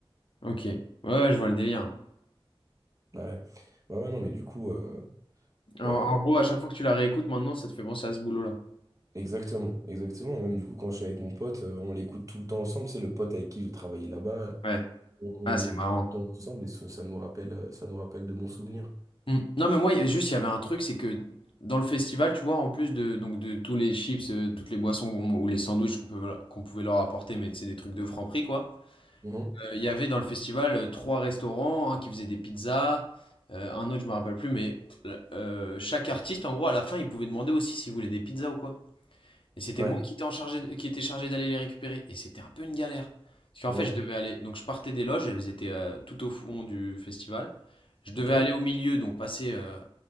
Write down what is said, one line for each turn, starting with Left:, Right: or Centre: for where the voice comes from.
Left: Ok. Ouais, ouais, je vois le délire.
Right: Ouais, ouais, ouais, non, mais du coup. euh,
Left: En,
Right: euh,
Left: en gros, à chaque fois que tu la réécoutes maintenant, ça te fait penser à ce boulot-là.
Right: Exactement, exactement. Et même du coup, quand je suis avec mon pote, euh, on l'écoute tout le temps ensemble. C'est le pote avec qui je travaillais là-bas. Euh,
Left: Ouais.
Right: On,
Left: Ah,
Right: on l'écoute
Left: c'est marrant.
Right: tout le temps ensemble et ça, ça nous rappelle, euh, ça nous rappelle de bons souvenirs.
Left: Hmm. Non, mais moi, juste, il y avait un truc, c'est que dans le festival, tu vois, en plus de, donc, de tous les chips, euh, toutes les boissons ou les sandwichs qu'on peut, qu'on pouvait leur apporter, mais c'est des trucs de Franprix, quoi.
Right: Mhm.
Left: euh, Il y avait dans le festival euh, trois restaurants, un qui faisait des pizzas, euh, un autre, je me rappelle plus, mais euh, chaque artiste, en gros, à la fin, il pouvait demander aussi s'il voulait des pizzas ou quoi. Et c'était
Right: Ouais,
Left: moi qui étais en chargé de- qui était chargé d'aller les récupérer. Et c'était un peu une galère. Parce qu'en
Right: ouais.
Left: fait, je devais aller. Donc, je partais des loges, elles étaient euh, tout au fond du festival. Je devais
Right: Ok,
Left: aller au milieu, donc passer. euh,